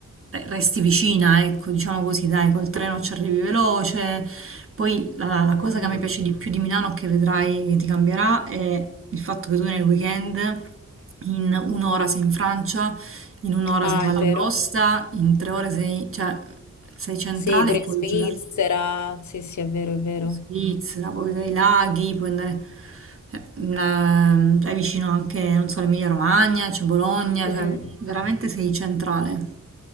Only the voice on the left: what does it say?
mm,
mm.
Ah,
è vero.
Sì, pure
in Svizzera.
Sì, sì, è vero, è vero.
Mm.